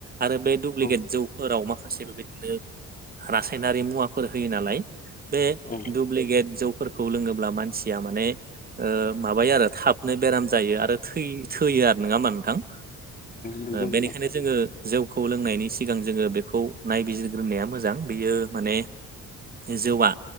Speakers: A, on the right; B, on the left.
A: आरो बे दुुब्लिकेट
B: औ
A: जौफोराव माखासे बेबायदिनो रासायनारि मुवाफोर होयो नालाय बे
B: औ
A: दुब्लिगेट जौफोर खौ लोङोब्ला मानसिया माने ओ माबायो आरो थाबनो बेराम जायो आरो थै थैयो आरो नङा होनबा नोंथां?
B: नंगौ
A: ओ
B: नोंथां
A: बेनिखाइनो जोङो जौखौ लोंनायनि सिगां जोङो बेखौ नायबिजिरग्रोनाया मोजां बेयो माने जौआ